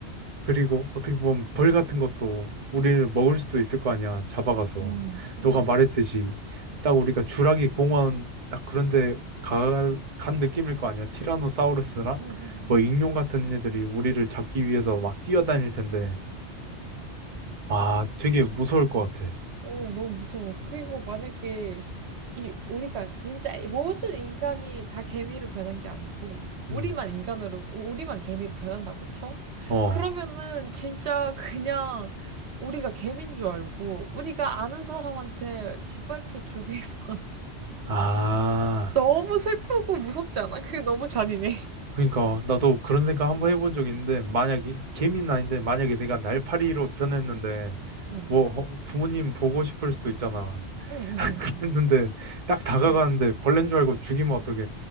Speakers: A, on the right; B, on the right.
A: 그리고 어떻게 보면 벌 같은 것도 우리를 먹을 수도 있을 거 아니야, 잡아가서.
B: 음, 음,
A: 너가 말했듯이 딱 우리가 주라기 공원 딱 그런데 가, 간 느낌일 거 아니야. 티라노사우루스랑
B: 음, 음, 음,
A: 뭐 익룡
B: 음. 음.
A: 같은 애들이 우리를 잡기 위해서 막 뛰어다닐 텐데. 와, 되게
B: 맞아.
A: 무서울 것 같아.
B: 오 너무 무서워. 그리고 만약에 이 우리가 진짜 이 모든 인간이 다 개미로 변한 게 아니고
A: 음.
B: 우리만 인간으로 우리만 개미로 변한다고 쳐?
A: 어.
B: 그러면은 진짜 그냥 우리가 개미인 줄 알고 우리가 아는 사람한테 짓밟혀 죽이면 <laughs>
A: 아.
B: 너무 슬프고 무섭지 않아? 그게 너무 잔인해.
A: 그러니까 나도 그런 생각 한번 해본 적 있는데 만약에 개미는 아닌데 만약에 내가 날파리로 변했는데
B: 응,
A: 뭐 어, 부모님 보고 싶을 수도 있잖아.
B: 응, 응, 응, 응.
A: 했는데 딱 다가가는데
B: 응.
A: 벌레인 줄 알고 죽이면 어떡해.